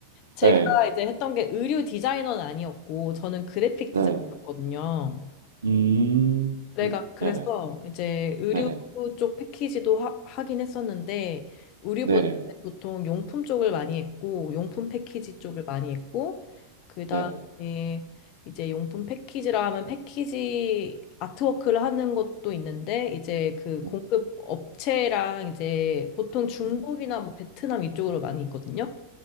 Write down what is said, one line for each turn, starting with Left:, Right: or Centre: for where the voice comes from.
Left: 제가
Right: 네,
Left: 이제 했던 게 의류 디자이너는 아니었고 저는 그래픽
Right: 네,
Left: 디자이너거든요.
Right: 음,
Left: 내가
Right: 음,
Left: 그래서
Right: 네네,
Left: 이제 의류
Right: 네네,
Left: 쪽 패키지도 하, 하긴 했었는데 의류보다
Right: 네네,
Left: 보통 용품 쪽을 많이 했고 용품 패키지
Right: 음,
Left: 쪽을 많이 했고 그다음에
Right: 네네,
Left: 이제 용품 패키지라 하면 패키지 아트워크를 하는 것도 있는데 이제 그 공급
Right: 음,
Left: 업체랑 이제 보통 중국이나
Right: 음,
Left: 뭐 베트남 이쪽으로 많이 있거든요.